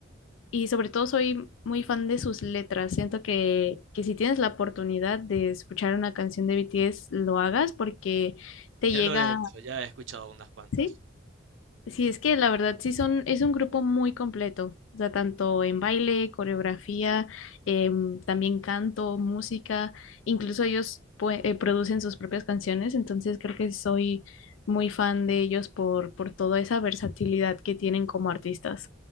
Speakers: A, on the left; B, on the right.
A: y sobre todo soy muy fan de sus letras. Siento que, que si tienes la oportunidad de escuchar una canción de BTS, lo hagas porque te
B: Ya
A: llega,
B: lo he hecho, ya he escuchado unas cuantas.
A: ¿sí? Sí, es que la verdad sí son, es un grupo muy completo, o sea, tanto en baile, coreografía, em, también canto, música, incluso ellos pue- eh, producen sus propias canciones, entonces creo que soy muy fan de ellos por, por toda esa versatilidad que tienen como artistas.